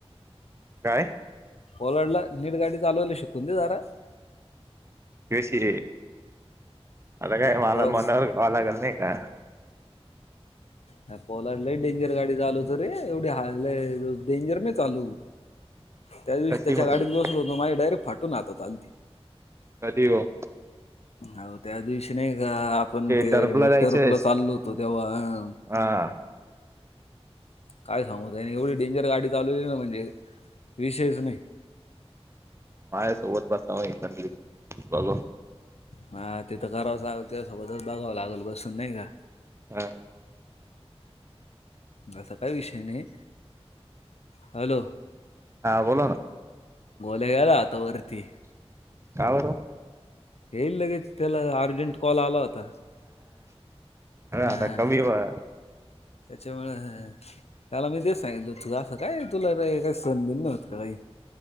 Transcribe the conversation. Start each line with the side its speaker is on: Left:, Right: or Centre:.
Right: काय?
Left: ओलाडला नीट गाडी चालवायला शिकून घे जरा
Right: चशी अला काय मला
Left: पो
Right: मणा वालागल नाही का
Left: हा पोलाडला लई डेंजर गाडी चालवतो रे एवढी हान डेंजर नको चालवू. त्या दिवशी
Right: कशी
Left: त्याच्या
Right: म्हणजे
Left: गाडीत बसलो होतो माझी डायरेक्ट फाटून हातात आलती.
Right: कधी हो.
Left: हो त्या दिवशी नाही का आपण ते
Right: टर्फला जायचंयस
Left: टर्पला चाललो होतो तेव्हा हा
Right: हा.
Left: काय सांगू त्याने एवढी डेंजर गाडी चालवली ना म्हणजे विषयच नाही.
Right: माझ्या सोबत पण तवा <unintelligible>
Left: हा तिथं करावंच लागत ना त्याच्या सोबतच बघावं लागेल बसून नाही का
Right: हा.
Left: असा काही विषय नाही हॅलो
Right: हा बोला ना
Left: निघाला आता वरती
Right: का बरं
Left: येईल लगेच त्याला अर्जंट कॉल आला होता.
Right: ह
Left: हा
Right: कमी बा
Left: त्याच्यामुळे त्याला मी ते सांगितल तुला असं काय तुला काही संधी नव्हती का काही <inaudible>